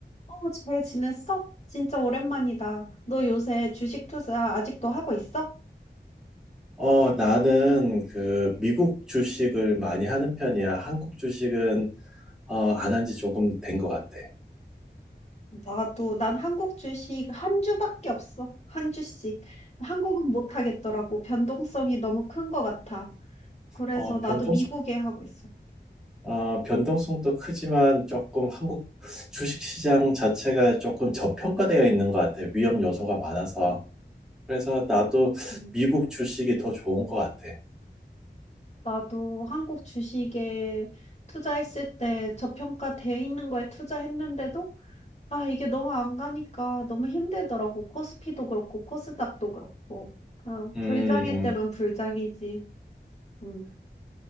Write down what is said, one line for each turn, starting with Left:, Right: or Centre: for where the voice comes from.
Left: 어, 잘 지냈어? 진짜 오랜만이다. 너 요새 주식 투자 아직도 하고 있어?
Centre: 어, 나는 그 미국 주식을 많이 하는 편이야. 한국 주식은 어, 안 한 지 조금 된 것 같아.
Left: 나도, 난 한국 주식 한 주밖에 없어. 한 주씩. 한국은 못 하겠더라고. 변동성이 너무 큰 것 같아. 그래서
Centre: 어,
Left: 나도
Centre: 변동성,
Left: 미국에 하고 있어.
Centre: 어, 변동성도 크지만 조금 한국 주식 시장 자체가 조금 저평가되어 있는 것 같아. 위험 요소가 많아서. 그래서 나도
Left: 음,
Centre: 미국 주식이 더 좋은 것 같아.
Left: 나도 한국 주식에 투자했을 때 저평가돼 있는 거에 투자했는데도 아, 이게 너무 안 가니까 너무 힘들더라고. 코스피도 그렇고 코스닥도 그렇고. 아,
Centre: 음,
Left: 불장일 때만 불장이지. 음.